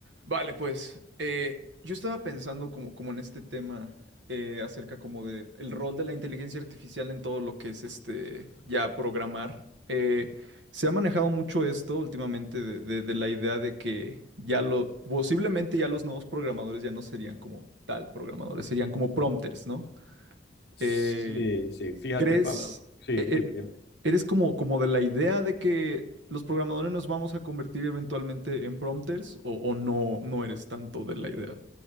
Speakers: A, on the right; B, on the left.
A: Vale, pues eh, yo estaba pensando como, como en este tema eh, acerca como de el rol de la inteligencia artificial en todo lo que es este ya programar. Eh, se ha manejado mucho esto últimamente de, de- de la idea de que ya lo posiblemente ya los nuevos programadores ya no serían como tal programadores, serían como prompters, ¿no?
B: Sí,
A: Eh,
B: sí, fíjate,
A: ¿crees?
B: Pablo. Sí,
A: e, e,
B: dime, dime.
A: eres como, como de la idea de que los programadores nos vamos a convertir eventualmente en prompters o, o no, no eres tanto de la idea.